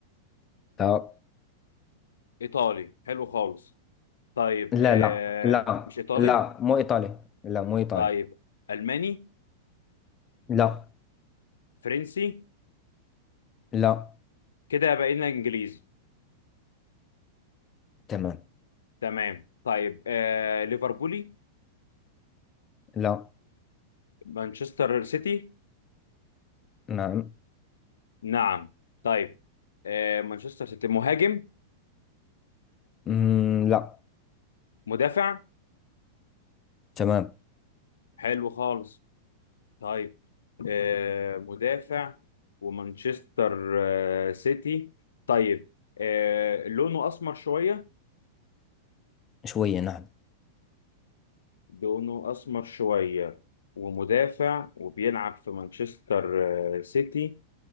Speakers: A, on the left; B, on the left.
A: لا
B: ايطالي حلو خالص طيب
A: لا
B: آه
A: لا لا
B: مش ايطالي
A: لا مو إيطالي لا مو إيطالي
B: طيب ألماني
A: لا
B: فرنسي
A: لا
B: كده بقينا إنجليزي
A: تمام
B: تمام طيب آه ليفربولي
A: لا
B: مانشستر سيتي
A: نعم
B: نعم طيب آه مانشستر سيتي مهاجم
A: مم، لا
B: مدافع
A: تمام
B: حلو خالص طيب آه مدافع ومانشستر آه سيتي طيب آه لونه أسمر شوية
A: شوية نعم
B: لونه أسمر شوية ومدافع وبيلعب في مانشستر آه سيتي